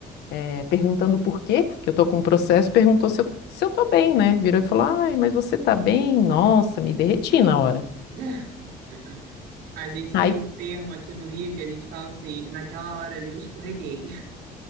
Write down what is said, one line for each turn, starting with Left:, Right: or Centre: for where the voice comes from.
Left: eh, perguntando por quê que eu tô com um processo, perguntou se eu, se eu tô bem, né? Virou e falou, ai, mas você tá bem? Nossa, me derreti na hora.
Right: <laughs> A gente
Left: Aí
Right: tem um termo aqui no Rio que a gente fala assim, naquela hora ali eu escorreguei. <laughs>